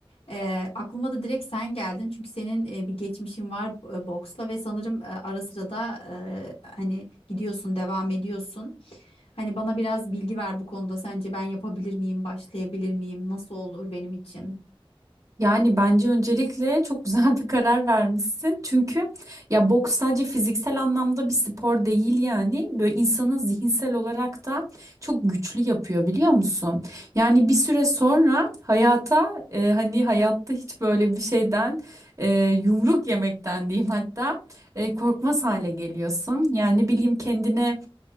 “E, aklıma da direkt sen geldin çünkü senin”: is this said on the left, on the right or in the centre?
Left